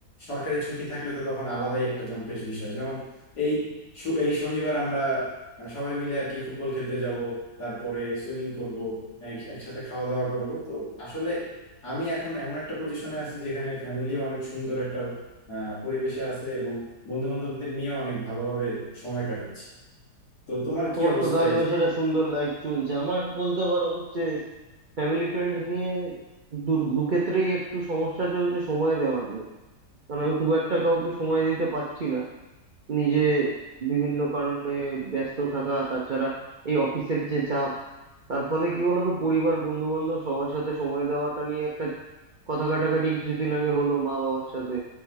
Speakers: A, on the left; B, on the right.
A: সরকারি ছুটি থাকলে তো তখন আলাদাই একটা জম্পেশ বিষয় যেমন এই শু- এই শনিবার আমরা সবাই মিলে আর কি ফুটবল খেলতে যাব তারপরে সুইমিং করব এক- একসাথে খাওয়া দাওয়া করব তো আসলে আমি এখন এমন একটা পজিশনে আছি যেখানে ফ্যামিলি অনেক সুন্দর একটা আহ, পরিবেশে আছে এবং বন্ধু বান্ধবদের নিয়ে অনেক ভালোভাবে সময় কাটাচ্ছি তো তোমার
B: মানে
A: কি
B: তোমার
A: অবস্থা
B: তো তাহলে বেশ একটা সুন্দর লাইফ চলছে আমার বলতে পারো হচ্ছে ফ্যামিলি ফ্রেন্ডস নিয়ে দু দু ক্ষেত্রেই একটু সমস্যা চলছে সময় দেওয়া নিয়ে কারণ আমি খুব একটা কাউকে সময় দিতে পারছি না নিজে বিভিন্ন কারণে ব্যস্ত থাকা তাছাড়া এই অফিসের যে চাপ তার ফলে কি বলতো পরিবার বন্ধু বান্ধব সবার সাথে সময় দেওয়াটা নিয়ে একটা কথা কাটাকাটি কিছুদিন আগে হলো মা বাবার সাথে